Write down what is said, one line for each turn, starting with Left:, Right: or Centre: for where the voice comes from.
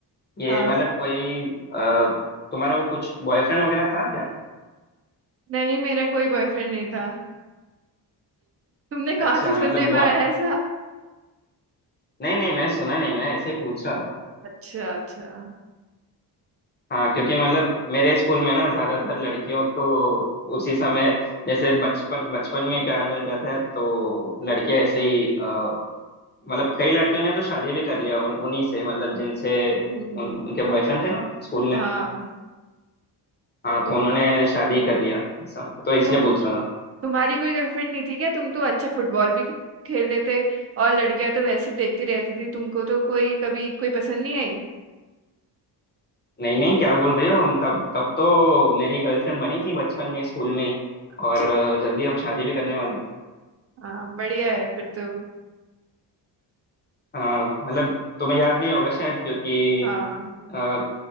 Left: ये
Right: हाँ
Left: मतलब कोई अ, तुम्हारा वो कुछ बॉयफ्रेंड वगैरह था क्या
Right: नहीं मेरा कोई बॉयफ्रेंड नहीं था तुमने कहाँ
Left: अच्छा
Right: से सुनने
Left: मतलब
Right: में
Left: बहुत
Right: आया ऐसा
Left: नहीं नहीं मैंने सुना नहीं मैं ऐसे ही पूछा था
Right: अच्छा अच्छा
Left: हाँ क्योंकि मतलब मेरे स्कूल में ना ज्यादातर लड़कियों को उसी समय जैसे बचपन बचपन में ही प्यार मिल जाता है तो लड़कियां ऐसे ही अ, मतलब कई लड़कियों ने तो शादी भी कर लिया उन उन्हीं से मतलब जिनसे
Right: हम्म
Left: उन उनके बॉयफ्रेंड थे ना स्कूल में
Right: हाँ तो,
Left: हाँ
Right: तो,
Left: तो उन्होंने शादी कर लिया ऐसा तो इसलिए
Right: तुम
Left: पूछ रहा था
Right: तुम्हारी कोई गर्लफ्रेंड नहीं थी क्या तुम तो अच्छा फुटबॉल भी खे- खेलते थे और लड़कियां तो वैसे देखती रहती थी तुमको तो कोई कभी कोई पसंद नहीं आई
Left: नहीं नहीं क्या बोल रही हो तब तब तो मेरी गर्लफ्रेंड बनी थी बचपन में स्कूल में ही
Right: अच्छा
Left: और अ, जल्दी हम शादी भी करने वाले हैं
Right: हाँ बढ़िया है फिर तो
Left: हाँ मतलब तुम्हें याद नहीं होगा शायद क्योंकि
Right: हाँ
Left: अ,